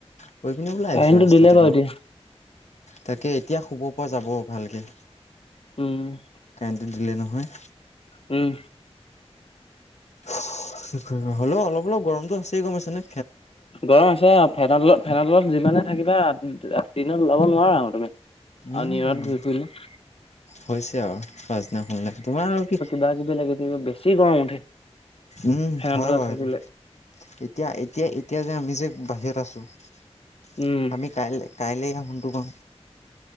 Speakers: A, on the left (about 85°); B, on the left (about 55°).
A: কৈ পিনে ওলাই
B: কাৰেণ্টটো
A: আহিছো ৰাস্তাত
B: দিলে বাৰু
A: অলপ।
B: এতিয়া
A: তাকে এতিয়া শুব পৰা যাব ভালকে।
B: উম।
A: কাৰেণ্টটো দিলে নহয়।
B: উম।
A: কি কৰিম আৰু, হ'লো অলপ অলপ গৰমটো আছেই গম পাইছ নে?
B: গৰম আছে অ, ফেনৰতলত ফেনৰতলত যিমানে থাকিবা দিনত ওলাব নোৱাৰা আৰু তুমি। আৰু
A: উম
B: নিয়ৰত ঘূৰি ফুৰিলে -
A: হৈছে আৰু পাচদিনাখনলে তোমাৰ আৰু কি -
B: বা আজি বেলেগে এদি কিন্তু বেছি গৰম উঠে।
A: উম
B: ফেনৰ
A: হয়
B: তলত
A: বাৰু
B: থাকিলে
A: সেইটো। এতিয়া এতিয়া এতিয়া যে আমি যে বাহিৰত আছো,
B: উম,
A: আমি কাইলে - কাইলে ইয়াৰ সোনটো পাম।